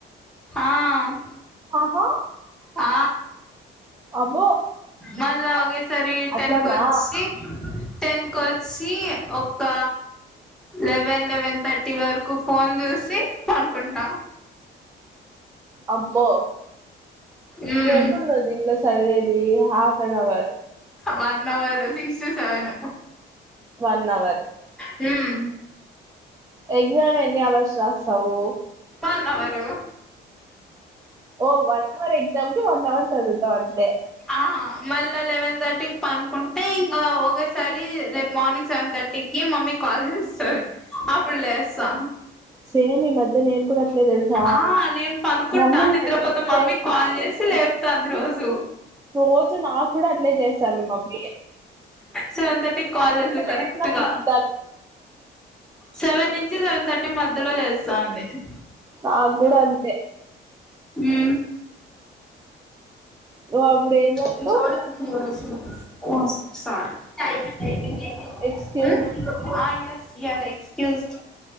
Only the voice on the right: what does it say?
ఆహా
అబ్
అట్లనా
అబ్బో
ఇంగెప్పుడు నువ్ దింట్ల స్ చదివేది half an hour
one hour
exam ఎన్ని అవర్స్ రాస్తావు
ఓ వర్క్ వర్ ఎగ్జామ్ కి వన్ అవర్ చదువుతావు అంతే
సేమ్ ఈ మధ్య నేను కూడా అట్లే తెలుసా
మమ్మీ లే
రోజు నాకు కూడా అట్లే చేసాంది మమ్మీ
లేటుగా
చెప్తాను.
నాకు కూడా అంతే
నువ్వు అప్పుడు ఏం చెప్తావ్
ఎక్స్క్యూజ్ మీ